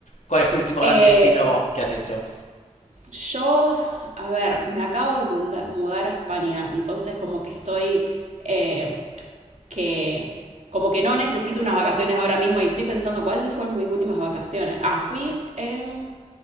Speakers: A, on the left; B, on the right.
A: cuál es tu último gran
B: Eh,
A: destino que has hecho. O
B: yo, a ver, me acabo de munda- mudar a España, entonces como que estoy, eh, que, como que no necesito unas vacaciones ahora mismo y estoy pensando cuáles fueron mis últimas vacaciones. Ah, fui, em,